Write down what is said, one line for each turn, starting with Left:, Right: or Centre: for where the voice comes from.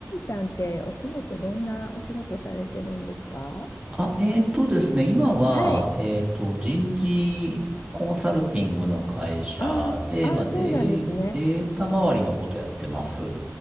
Left: さんってお仕事、どんなお仕事されてるんですか
Right: あ、えーとですね、今は、
Left: はい。
Right: えーと、人事コンサルティングの会社で、
Left: あーあー、
Right: まあ、
Left: そうなんですね。
Right: デ、データ周りのことやってます。